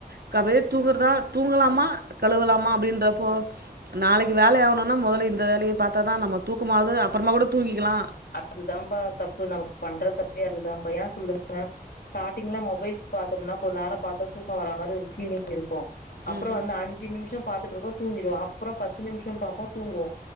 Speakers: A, on the right (about 80°); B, on the left (about 80°).
A: எனக் அப்டியே தூங்கற்தா தூங்கலாமா கழுவலாமா அப்டின்ற இப்போ நாளைக் வேல ஆகணுனா முதல்ல இந்த வேலையை பாத்தா தா நம்ம தூக்கமாது அப்புறமா கூட தூங்கிக்லா
B: அப்டிதாப்பா தப்பு நம்ம பண்றது அதுதாபா யான் சொல்லுங் ஸ்டார்டிங்ல மொபைல் பாத்தம்னா கொ நேரோ பாத்தா தூக்கம் வர மாரி ஒரு பீலிங் இருக்கு அப்றோ
A: ம்
B: வந்து அஞ்சு நிமிஷோ பாத்துட்டு இருக்போது தூங்கிடுவ அப்றோ பத்து நிமிஷோ பாப்போ தூங்குவோ